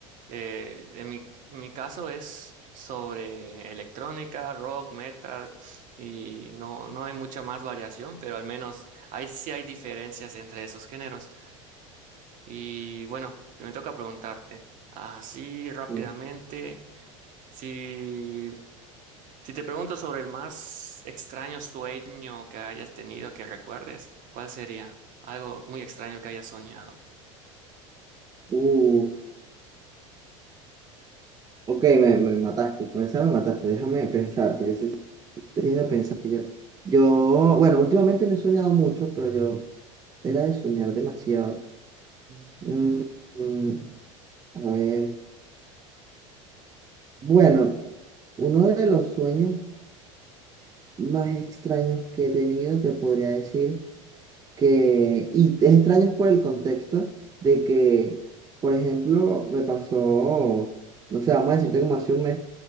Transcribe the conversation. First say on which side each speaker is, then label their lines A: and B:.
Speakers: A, on the right (about 50°); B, on the right (about 20°).
A: Eh, en mi, en mi caso es sobre electrónica, rock, metal, y no, no hay mucha más variación, pero al menos hay, sí hay diferencias entre esos géneros. Y bueno, me toca preguntarte, así rápidamente,
B: Sí.
A: si, si te pregunto sobre el más extraño sueño que hayas tenido, que recuerdes, ¿cuál sería? Algo muy extraño que hayas soñado.
B: Uh, ok, me, me mataste, con esa me mataste, déjame pensar, porque sí Déjame pensar que yo, yo, bueno, últimamente no he soñado mucho, pero yo era de soñar demasiado.
A: Mm.
B: Mm, mm, a ver, bueno, uno de los sueños más extraños que he tenido, te podría decir que, y es extraño por el contexto de que, por ejemplo, me pasó, no sé, vamos a decirte como hace un mes,